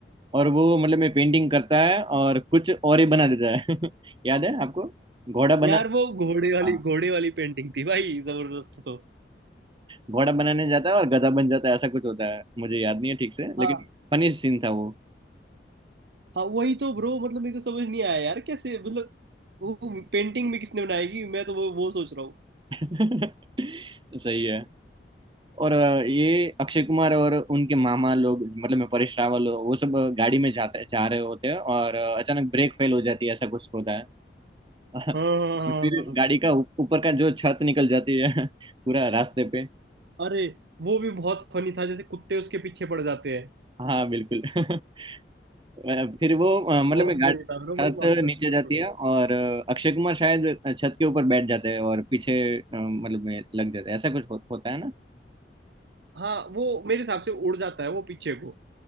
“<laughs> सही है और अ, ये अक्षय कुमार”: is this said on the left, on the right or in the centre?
Right